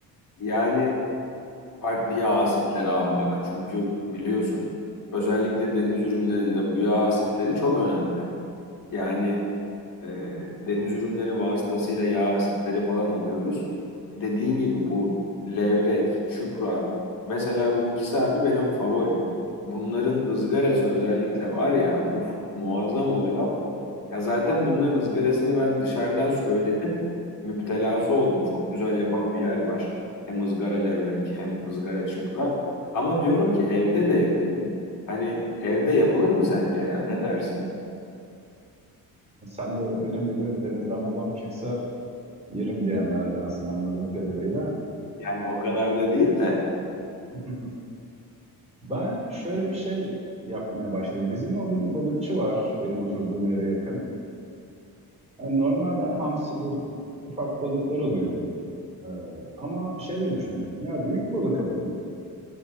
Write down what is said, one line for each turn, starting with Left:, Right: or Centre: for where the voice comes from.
Left: Yani farklı yağ asitleri almak. Çünkü biliyorsun özellikle deniz ürünlerinde bu yağ asitleri çok önemli. Yani e, deniz ürünleri vasıtasıyla yağ asitleri falan alıyoruz. Dediğin gibi bu levrek, çupra mesela bu ikisi abi benim favorim. Bunların ızgarası özellikle var ya uf muazzam oluyor. Ya zaten bunların ızgarasını ben dışarıdan söyledim. Müptelası oldum. Çok güzel yapan bir yer var. Hem ızgara levrek hem ızgara çupra. Ama diyorum ki evde de yapayım. Hani evde yapılır mı sence ya ne dersin?
Right: Sen de benim gibi denizden babam çıksa yerim diyenlerdensin anladığım kadarıyla.
Left: Yani o kadar da değil de.
Right: <laughs> Ben şöyle bir şey yapmaya başladım. Bizim orada bir balıkçı var benim oturduğum yere yakın. Yani normal ben hamsidir, ufak balıklar alıyordum. Ee, ama şey de düşündüm. Ya büyük balık alayım.